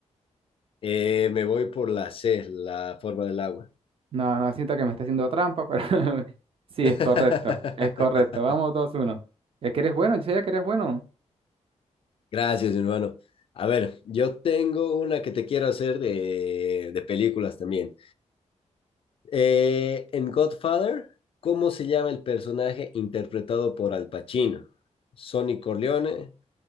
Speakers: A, on the left; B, on the right.
A: Eh, me voy por la C, la forma del agua.
B: No, no, siento que me está haciendo trampa, pero <laughs> sí,
A: <laughs>
B: es correcto. Es correcto. Vamos, dos uno. Es que eres bueno, yo sabía que eres bueno.
A: Gracias, mi hermano. A ver, yo tengo una que te quiero hacer de, de películas también. Eh, en Godfather, ¿cómo se llama el personaje interpretado por Al Pacino? ¿Sonny Corleone,